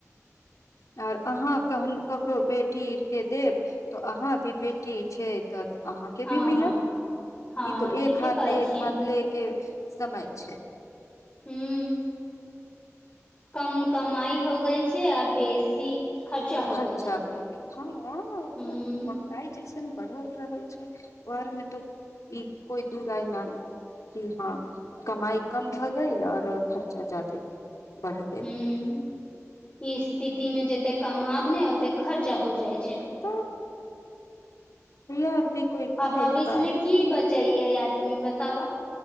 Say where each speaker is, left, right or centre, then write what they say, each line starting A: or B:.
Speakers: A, on the left; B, on the left.
A: आर अहाँ कहन ककरो बेटी र के देब तऽ अहाँ भी बेटी छै तऽ अहाँके
B: हँ
A: भी मिलत
B: हँ हँ
A: ई तो
B: ठीके
A: एक हाथ
B: कहै
A: दे एक
B: छियै
A: हाथ ले के समय छै
B: हुँ कम कमाइ हो गेल छै आर बेसी खर्चा हो
A: खर्चा
B: गई छै
A: भए गेल हँ
B: हूँ
A: त महँगाइ जे छै बढ़ल रहल छै उर मे तो ई कोइ दू आय न हँ कमाई कम भऽ गेल आऔर खर्चा जादे बढ़ गेल
B: हुँ ई स्थिति मे जतेक कामाब ने ओते खर्चा हो जाए छै
A: तऽ यार भी कोइ कहे
B: आ भविष्यल
A: के बात छै
B: की बचैय याद ती बताव